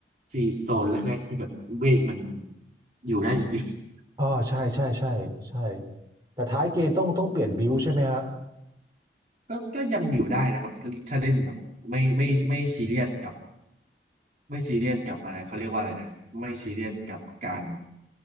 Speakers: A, on the right; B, on the right.
A: ซีโซนแรกๆที่แบบเวทมันอยู่ได้จริงๆ
B: อ๋อใช่ใช่ใช่ใช่แต่ท้ายเกมต้องต้องเปลี่ยนบิวใช่ไหมฮะ
A: <laughs> ก็ก็ยังอยู่ได้นะครับก็ถ้าเล่นแบบไม่ไม่ไม่ซีเรียสกับไม่ซีเรียสกับอะไรเขาเรียกว่าอะไรนะไม่ซีเรียสกับการ